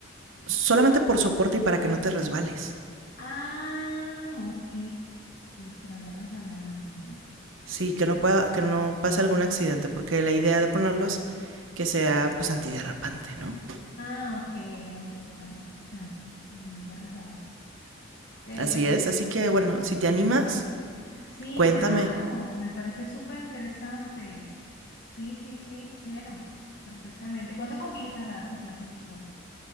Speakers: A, on the right; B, on the left.
A: Solamente por soporte y para que no te resbales.
B: Ah, ok, para no resbalarme.
A: Sí, que no, pueda, que no pase algún accidente, porque la idea de ponerlos que sea pues antiderrapante, ¿no?
B: Ah, ok, antiderrapante. Exacto, no te resbales. Eh,
A: Así es,
B: y-
A: así que bueno, si te animas,
B: sí,
A: cuéntame.
B: claro, me parece súper interesante. Sí, sí, sí, quiero. Perfectamente. ¿Cuándo comienzas a dar tus clases virtuales?